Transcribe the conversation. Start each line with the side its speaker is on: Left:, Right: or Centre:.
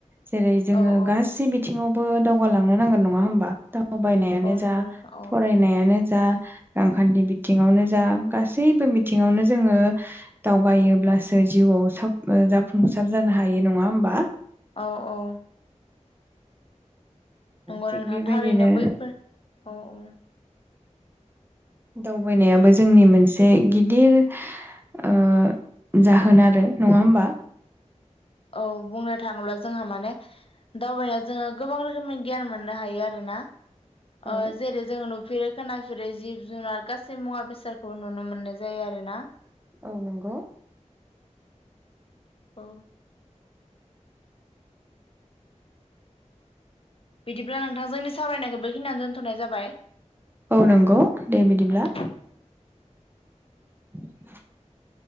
Right: जेरै जोङो
Left: औ औ
Right: गासै बिथिङावबो दावगालांनो नांगोन नङा होमबा दावबायनायानो
Left: औ
Right: जा
Left: नंगौ नोंथां औ
Right: फरायनायानो जा रांखान्थि बिथिङावनो जा गासैबो बिथिङावनो जोङो दावगायो। बासो जिउआव साब जाफुंसार जानो हायो नङा होमबा।
Left: औ औ। नंगौ
Right: थिग
Left: नोंथां
Right: बेबायदिनो
Left: थारैनो बैफोर औ औ। <inaudible>
Right: दावबायनायाबो जोंनि मोनसे गिदिर ओ जाहोन आरो नङा होमबा।
Left: औ बुंनो थाङोब्ला जोंहा माने दावबायनायाव जोङो गोबां रोखोमनि गियान मोननो हायो आरो ना। ओ
Right: औ
Left: जेरै जोङो फिरै खोनाफेरै जिब जुनार गासै मुवा बेसादखौ नुनो मोननाय जायो आरो ना।
Right: औ नंगौ।
Left: औ। बिदिब्ला नोंथां जोंनि सावरायनायखौ बेखिनियावनो दोनथ'नाय जाबाय।
Right: औ नंगौ दे बिदिब्ला।
Left: औ
Right: <inaudible>